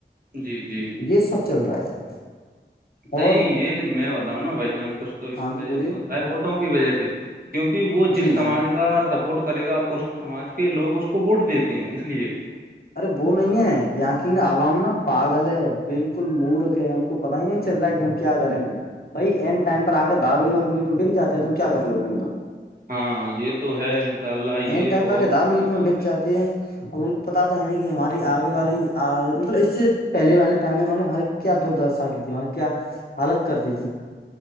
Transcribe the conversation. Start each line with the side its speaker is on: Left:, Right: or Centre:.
Right: جی جی
Left: یہ سب چل رہا ہے
Right: کہیں
Left: اور
Right: یہ میں بتاؤں نا بھائی جان کچھ تو اس
Left: ہاں
Right: وجہ
Left: جی بولیے
Right: سے ہوتا ہے وٹوں کی وجہ سے کیونکہ وہ جس
Left: جی
Right: سماج
Left: جی
Right: کا سپورٹ کرے گا اس سماج کے لوگ اس کو ووٹ دیتے ہیں اس لیے
Left: ارے وہ نہیں ہے یقین عوام نا پاگل ہے بالکل مورک ہے ان کو پتا ہی نہیں چل رہا ہے کہ ہم کیا کریں بائی اینڈ ٹائم پر آ کے دار اور میٹ بک جے ہیں تم کیا کر لو گے ان پر
Right: ہاں یہ تو ہے ان شاء اللہ یہ
Left: این ٹائم
Right: بہت
Left: پہ آ کے دارو
Right: بڑی
Left: میٹ
Right: بات
Left: میں بک
Right: ہے
Left: جاتے تے ہے اب ان کو پت تو ہے نہیں کہ ہماری آگے والی مطلب اس سے پہل والے ٹائم میں انہوں نے ہماری کیا دردشا کی تھی ہماری کیا حالت کرتی تھی